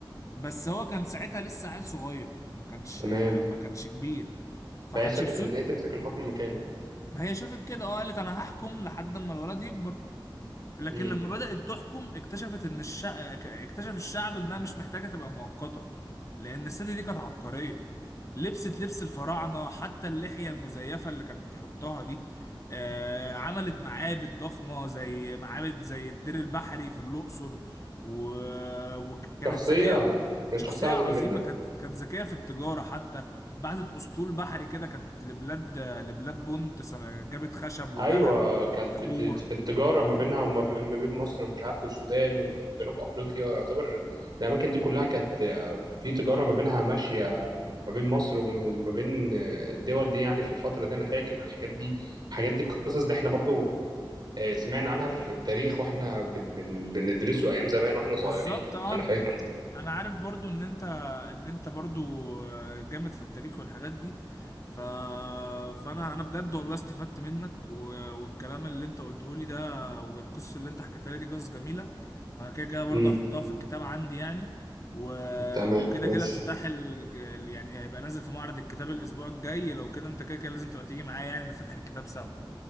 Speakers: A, on the left; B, on the right.
A: بس هو كان ساعتها لسه عيل صغير ما كانش
B: تمام
A: ما كانش كبير فحتشبسوت
B: فهي شافت ان هي تمسك الحكم مكانه
A: هي شافت كده اه قالت انا هحكم لحد اما الولد يكبر لكن
B: امم
A: لما بدأت تحكم اكتشفت ان الشع... اكتشف الشعب انها مش محتاجة تبقى مؤقتة لان الست دي كانت عبقرية لبست لبس الفراعنة حتى اللحية المزيفة اللي كانت بتحطها دي آه عملت معابد ضخمة زي معابد زي الدير البحري في الأقصر و... وكانت
B: شخصية
A: ذكية
B: كانت
A: شخصية
B: شخصية عظيمة
A: عظيمة
B: جدا
A: كانت كانت ذكية في التجارة حتى بعتت أسطول بحري كده كانت لبلاد لبلاد بونت جابت خشب وذهب
B: أيوة كانت
A: وبخور
B: بت... في التجارة ما بينها وما بين... ما بين مصر ومش عارف والسودان وجنوب أفريقيا يعتبر الأماكن دي كلها كانت في تجارة ما بينها ماشية ما بين مصر وما بين الدول دي يعني في الفترة دي أنا فاكر الحاجات دي الحاجات دي القصص دي إحنا برضو آه، سمعنا عنها في التاريخ وإحنا بن... بن... بندرسه أيام زمان وإحنا صغيرين
A: بالظبط اه
B: أنا فاكر
A: انا عارف برضو ان انت ان انت برضو جامد في التاريخ والحاجات دي ف... فانا انا بجد والله استفدت منك و... والكلام اللي انت قلته لي ده والقصص اللي انت حكيتها لي دي قصص جميله فانا كده كده برضو
B: امم
A: هحطها في الكتاب عندي يعني و...
B: تمام
A: وكده
B: بس
A: كده افتتاح ال... ال- يعني هيبقى نازل في معرض الكتاب الاسبوع الجاي لو كده انت كده كده لازم تبقى تيجي معايا يعني نفتح الكتاب سوا